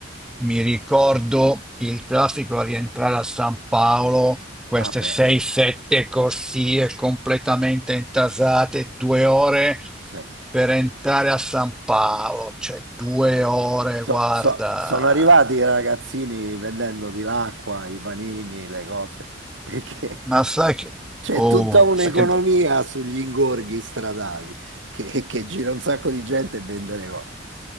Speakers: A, in the centre; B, on the right (about 75°).
A: Mi ricordo il traffico a rientrare a San Paolo, queste
B: Ah beh,
A: 6-7 corsie completamente intasate, due ore
B: sì.
A: per entrare a San Paolo, cioè due ore,
B: So-
A: guarda.
B: so- sono arrivati i ragazzini vendendoti l'acqua, i panini, le cose, perché
A: Ma
B: <laughs>
A: sai che,
B: c'è
A: oh,
B: tutta un'economia
A: sai che
B: sugli ingorghi stradali che, che gira un sacco di gente e vende le cose.